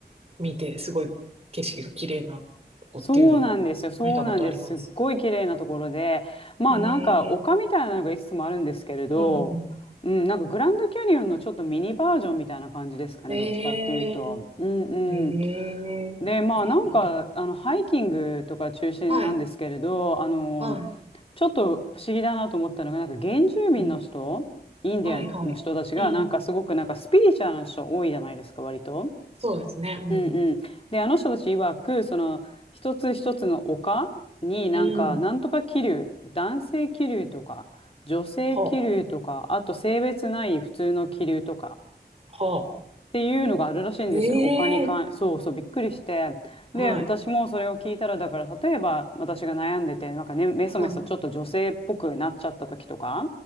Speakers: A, on the right; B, on the left.
A: 見てすごい景色が綺麗なとこっていうのも見たことあります。
B: そうなんですよ。そうなんです。すっごい綺麗なところで、まあなんか丘みたいなのがいくつもあるんですけれど、
A: ええーうんうん。
B: うん、なんかグランドキャニオンのちょっとミニバージョンみたいな感じですかね。
A: ええ
B: どっちかっていうと。うんうん。
A: ーええーえなんだ。
B: で、まあなんか、あの、ハイキングとか中心なんですけれど、
A: はい、
B: あの、
A: はい、
B: ちょっと不思議だなと思ったのが、なんか原住民の人、
A: うん
B: インディアンの人たちが、
A: はい、はい。うん。
B: なんかすごくなんかスピリチュアルな人多いじゃないですか、割と。
A: そうですね、うん。
B: うんうん。で、あの人たち曰く、その、一つ一つの丘になんか、
A: うん。
B: なんとか気流、男性気流とか、女性気流とか、
A: は
B: あと性別ない普通の気流とか、
A: あ、はあ。
B: っていうのがあるらしいんですよ。
A: ええ
B: お金に関、そうそう、びっくりして。
A: ーはい、
B: で、私もそれを聞いたら、だから、例えば、私が悩んでて、なんかね、メソメソちょっと女性っぽくなっちゃった時とか、
A: はい、